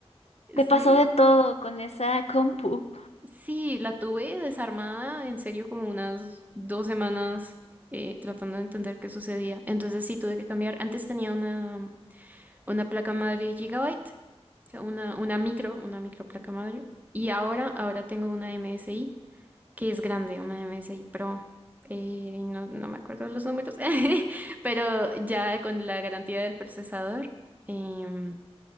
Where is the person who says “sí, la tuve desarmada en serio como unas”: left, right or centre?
Right